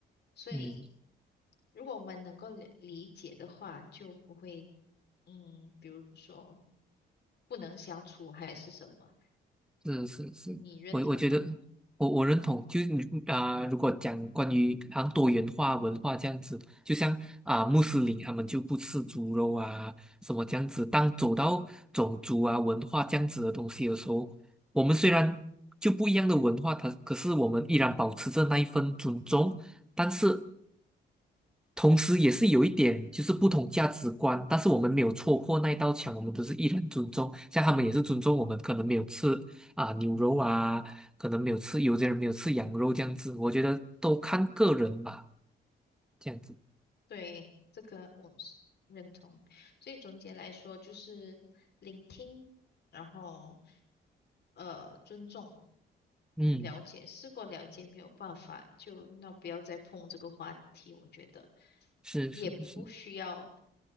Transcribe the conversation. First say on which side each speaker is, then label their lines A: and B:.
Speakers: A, on the left; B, in the centre.
A: 所以。
B: 嗯。
A: 如果我们能够理理解的话，就不会，嗯，比如说不能相处还是什么，
B: 是是是，
A: 你认同吗？
B: 我我觉得我我认同，就是你啊、如果讲关于好像多元化文化这样子，就像啊、穆斯林他们就不吃猪肉啊，什么这样子。当走到种族啊文化这样子的东西的时候，我们虽然就不一样的文化，它可是我们依然保持着那一份尊重，但是同时也是有一点就是不同价值观，但是我们没有戳破那一道墙，我们都是依然尊重，像他们也是尊重我们，可能没有吃啊、牛肉啊，可能没有吃，有些人没有吃羊肉这样子，我觉得都看个人吧，这样子，
A: 对，这个我是认同。所以总结来说，就是聆听，然后呃，尊重。
B: 嗯，
A: 了解，试过了解，没有办法，就那不要再碰这个话题，我觉得
B: 是是是，
A: 也不需要，